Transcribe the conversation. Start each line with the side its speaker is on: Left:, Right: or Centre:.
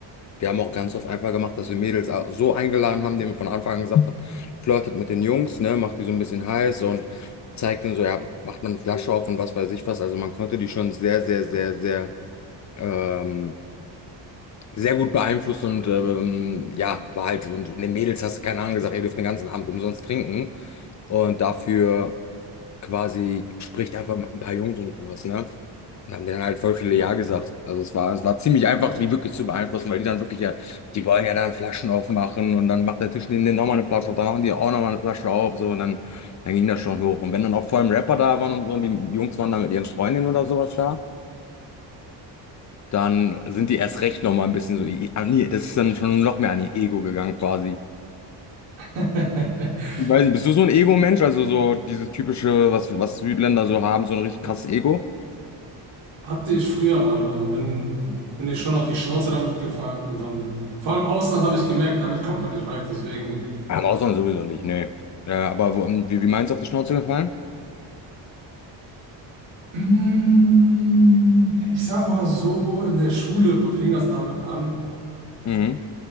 Left: Wir haben auch ganz oft einfach gemacht, dass wir Mädels au- so eingeladen haben, denen wir von Anfang an gesagt haben, flirtet mit den Jungs, ne, macht die so ein bisschen heiß und zeigt denen so, ja, macht man eine Flasche auf und was weiß ich was. Also man konnte die schon sehr, sehr, sehr, sehr, ähm, sehr gut beeinflussen und ähm, ja, war halt, und den Mädels hast du keine Ahnung gesagt, ihr dürft den ganzen Abend umsonst trinken. Und dafür quasi spricht einfach mit ein paar Jungs und sowas, ne? Und haben denen halt voll viele Ja gesagt. Also es war, es war ziemlich einfach, die wirklich zu beeinflussen, weil die dann wirklich ja, die wollen ja dann Flaschen aufmachen und dann macht der Tisch neben denen nochmal eine Flasche auf, dann machen die auch nochmal eine Flasche auf, so und dann, dann ging das schon hoch. Und wenn dann auch vor allem Rapper da waren und so und die Jungs waren da mit ihren Freundinnen oder sowas da, dann sind die erst recht nochmal ein bisschen so, i- an ihr- das ist dann schon noch mehr an ihr Ego gegangen quasi.
Right: <laughs>
Left: Ich weiß nicht, bist du so ein Ego-Mensch? Also so dieses typische, was, was Südländer so haben, so ein richtig krasses Ego?
Right: Hatte ich früher mal, aber dann bin, bin ich schon auf die Schnauze damit gefallen. Und dann, vor allem im Ausland habe ich gemerkt, damit kommt man nicht weit. Deswegen,
Left: Ja, Im Ausland sowieso nicht, nee. Äh, aber wo, wie, wie meinst du, auf die Schnauze gefallen?
Right: mm, ich sag mal so, in der Schule fing das damit an.
Left: Mhm.